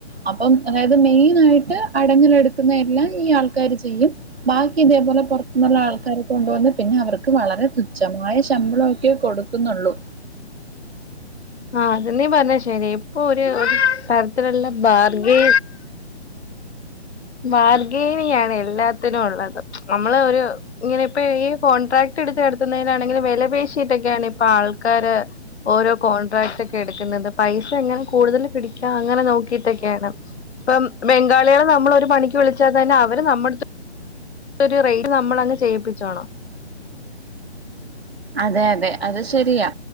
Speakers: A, on the right (about 65°); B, on the left (about 70°).
A: അപ്പം അതായത് മെയിനായിട്ട് അടങ്ങൽ എടുക്കുന്ന എല്ലാം ഈ ആൾക്കാര് ചെയ്യും ബാക്കി ഇതേപോലെ പൊർത്ത്ന്നുള്ള ആൾക്കാരെ കൊണ്ടുവന്ന് പിന്നെ അവർക്ക് വളരെ തുച്ഛമായ ശമ്പളൊക്കെ കൊടു ക്ക്ന്നൊള്ളു
B: ആഹ് അതന്നെ പർഞ്ഞത് ശരി ഇപ്പൊ ഒര് ഒര് തരത്തിലുള്ള ബാർഗൈ ബാർഗൈനിങ്ങാണ് എല്ലാത്തിനുള്ളത് നമ്മള് ഒരു ഇങ്ങനെ ഇപ്പ ഈ കോൺട്രാക്റ്റ്ട്ത്ത് നടത്തുന്നതിനാണെങ്കിലും വെല പേശിയിട്ടൊക്കെയാണ് ഇപ്പൊ ആൾക്കാര് ഓരോ കോൺട്രാക്ട് ഒക്കെ എട്ക്കുന്നത് പൈസ എങ്ങനെ കൂടുതൽ പിടിക്കാം അങ്ങനെ നോക്കിയിട്ടൊക്കെയാണ് ഇപ്പം ബംഗാളികളെ നമ്മള് ഒര് പണിക്ക് വിളിച്ചാ തന്നെ അവര് നമ്മട്ത്ത് ഒര് റെയ്റ്റിന് നമ്മളങ്ങ് ചെയ്യിപ്പിച്ചോണം
A: അതെ അതെ അത് ശരിയാ